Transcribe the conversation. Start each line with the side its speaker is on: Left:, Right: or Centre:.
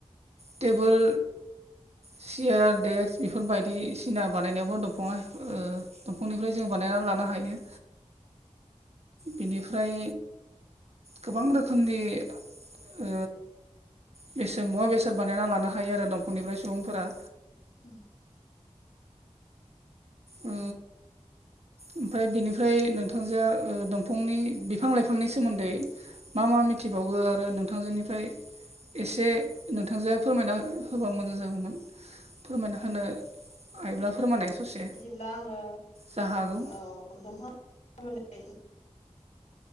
Right: टेबोल सियार देक्स बेफोर बायदिसिना बानायनायावबो दंफाङा ओ दंफांनिफ्राय जों बानायना लानो हायो बेनिफ्राय गोबां रोखोमनि ओ एसे बेसाद मुवा बेसाद बानायना लानो हायो आरो दंफांनिफ्राय सुबुंफोरा
Left: <unintelligible>
Right: ओ ओमफ्राय बिनिफ्राय नोंथांजो ओ दंफांनि बिफां लाइफांनि सोमोन्दै मा मा मिथिबावगो आरो नोंथांजोनिफ्राय एसे नोंथांजोआ फोरमायना होबा मोजां जागौमोन फोरमायना होनो हायोब्ला फोरमायनाय ससे
Left: बिदिब्ला आङो
Right: जा हागौ
Left: औ दंफां सोमोन्दै